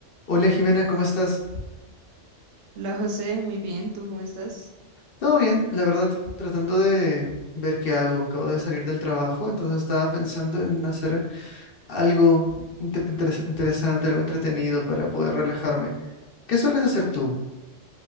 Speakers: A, on the left (about 55°); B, on the right (about 70°).
A: Hola Jimena, ¿cómo estás?
B: Hola José, muy bien, ¿tú cómo estás?
A: Todo bien, la verdad, tratando de ver qué hago. Acabo de salir del trabajo, entonces estaba pensando en hacer algo inte- interes- interesante, algo entretenido para poder relajarme. ¿Qué sueles hacer tú?